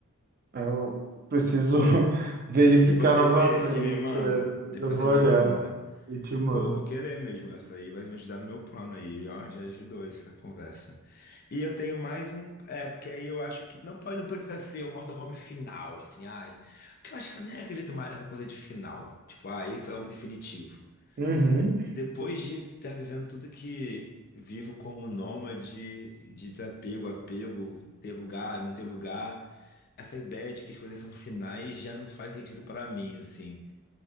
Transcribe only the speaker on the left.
Depois você
vê e me manda.
Depois
você
vê e me manda.
Boa, vou querer mesmo essa aí, vai me ajudar no meu plano aí, ó, já ajudou essa conversa. E eu tenho mais um, é, porque aí eu acho que não pode, não precisa ser o motorhome final, assim, ai. Porque eu acho que eu nem acredito mais nessa coisa de final. Tipo, ah, isso é o definitivo.
Depois de estar vivendo tudo que vivo como nômade, de desapego, apego, ter lugar, não ter lugar, essa ideia de que as coisas são finais já não faz sentido para mim, assim.